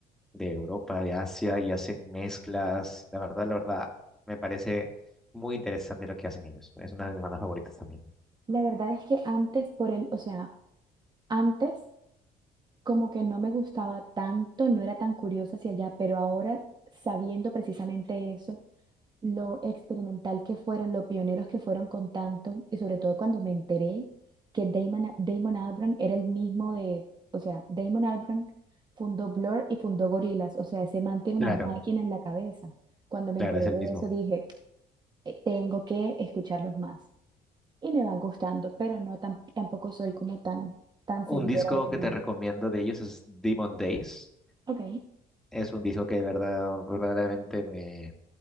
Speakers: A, in the centre; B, on the right.
A: de Europa, de Asia y hacen mezclas. La verdad, la verdad, me parece muy interesante lo que hacen ellos. Es una de mis bandas favoritas también.
B: La verdad es que antes por el, o sea, antes como que no me gustaba tanto, no era tan curiosa hacia allá, pero ahora sabiendo precisamente eso, lo experimental que fueron, los pioneros que fueron con tanto, y sobre todo cuando me enteré que Damon, Damon Albarn era el mismo de, o sea, Damon Albarn fundó Blur y fundó Gorillaz, o sea, ese man tiene una
A: Claro,
B: máquina en la cabeza. Cuando me
A: claro,
B: enteré
A: es el
B: de
A: mismo.
B: eso dije, eh, tengo que escucharlos más. Y me van gustando, pero no tam- tampoco soy como tan, tan
A: Un
B: seguidora
A: disco
B: de Corina.
A: que te recomiendo de ellos es Demon Days.
B: Ok.
A: es un disco que de verdad, verdaderamente me,